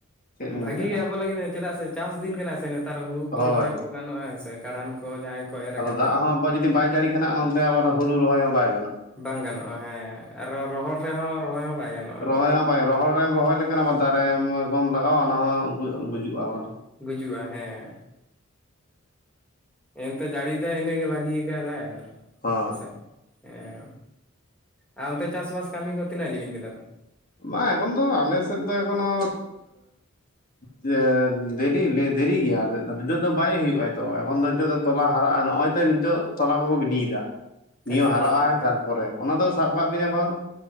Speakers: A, on the left; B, in the centre.
A: ᱪᱮᱫ ᱞᱤᱧ
B: ᱵᱷᱟᱜᱤ
A: ᱞᱟᱹᱭᱟ
B: ᱜᱮ ᱟᱵᱚ ᱞᱟᱜᱤᱫ ᱪᱮᱫᱟᱜ ᱥᱮ ᱪᱟᱥ ᱫᱤᱱ ᱠᱟᱱᱟ ᱥᱮ ᱱᱮᱛᱟᱨ ᱦᱩᱲᱩ ᱠᱚ
A: ᱦᱳᱭ
B: ᱨᱚᱦᱚᱭ ᱠᱚ ᱵᱟᱱᱩᱜᱼᱟ ᱥᱮ ᱠᱟᱲᱟᱱ ᱠᱚ ᱡᱟᱦᱟᱸᱭ ᱠᱚ ᱮᱨ
A: ᱟᱫᱚ
B: ᱟᱠᱟᱫᱟ
A: ᱫᱟᱜ ᱦᱚᱸ ᱡᱩᱫᱤ ᱵᱟᱭ ᱡᱟᱹᱲᱤ ᱠᱟᱱᱟ ᱟᱨ ᱚᱱᱛᱮ ᱦᱩᱲᱩ ᱨᱚᱦᱚᱭ ᱦᱚᱸ ᱵᱟᱭ ᱜᱟᱱᱚᱜᱼ
B: ᱵᱟᱝ ᱜᱟᱱᱚᱜᱼᱟ। ᱦᱮᱸ ᱟᱨᱚ ᱨᱚᱦᱚᱲ ᱨᱮᱦᱚᱸ ᱨᱚᱦᱚᱭ ᱦᱚᱸ ᱵᱟᱭ ᱜᱟᱱᱚᱜ
A: ᱨᱚᱦᱚᱭ ᱦᱚᱸ ᱵᱟᱭ ᱨᱚᱦᱚᱲ ᱨᱮᱢ ᱨᱚᱦᱚᱭ ᱞᱮᱱᱠᱷᱟᱱ ᱟᱵᱟᱨ ᱫᱟᱨᱮ ᱠᱚᱢ ᱞᱟᱜᱟᱣᱟ ᱚᱱᱟ ᱦᱚᱸ ᱜᱩᱡᱩᱜᱼᱟ <inaudible>
B: ᱜᱩᱡᱩᱜᱼᱟ ᱾ ᱦᱮᱸ ᱮᱱᱛᱮ ᱡᱟᱹᱲᱤᱭᱤᱫᱟᱭ ᱤᱱᱟᱹᱜᱮ ᱵᱷᱟᱹᱜᱤ ᱭᱟᱠᱟᱫᱟᱭ ᱟᱨ
A: ᱦᱳᱭ᱾
B: ᱦᱮᱸᱥᱮ ᱦᱮᱸ ᱟᱨ ᱚᱱᱛᱮ ᱪᱟᱥᱵᱟᱥ ᱠᱟᱹᱢᱤ ᱠᱚ ᱛᱤᱱᱟᱹᱜ ᱡᱤᱞᱤᱧ ᱠᱮᱫᱟ ᱯᱮ ᱾
A: ᱵᱟᱝ ᱮᱠᱷᱚᱱ ᱫᱚ ᱟᱞᱮ ᱥᱮᱫ ᱫᱚ ᱮᱠᱷᱚᱱᱳ ᱪᱮᱸ ᱫᱮᱨᱤ ᱫᱮᱨᱤ ᱜᱮᱭᱟ ᱱᱤᱛᱳᱜ ᱫᱚ ᱵᱟᱭ ᱦᱩᱭᱩᱜᱼᱟ ᱾ ᱛᱚ ᱮᱢᱚᱱ ᱫᱚ ᱱᱤᱛᱳᱜ ᱫᱚ ᱛᱚᱞᱟ ᱦᱟᱨᱟᱜᱼᱟ ᱱᱚᱜᱼᱚᱭ ᱛᱚ ᱱᱤᱛᱚᱜ ᱛᱚᱞᱟ ᱠᱚᱠᱚ ᱜᱤᱰᱤᱭᱮᱫᱟ ᱱᱤᱭᱟᱹ
B: ᱟᱪᱪᱷᱟ
A: ᱦᱟᱨᱟᱜ
B: ᱟᱪᱪᱷᱟ
A: ᱟᱭ
B: ᱦᱮᱸ
A: ᱛᱟᱨᱯᱚᱨᱮ ᱚᱱᱟ ᱫᱚ ᱥᱟᱵ ᱠᱟᱜ ᱵᱤᱱ ᱮᱠᱷᱚᱱ